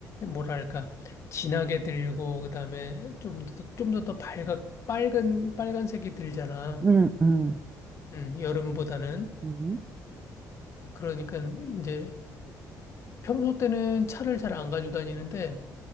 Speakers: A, on the left; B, on the right.
A: 뭐랄까 진하게 들고 그다음에 좀 더 좀 더 더 밝아 빨간 빨간색이 들잖아.
B: 음, 음,
A: 음, 여름보다는
B: 음,
A: 그러니까 이제 평소 때는 차를 잘 안 가지고 다니는데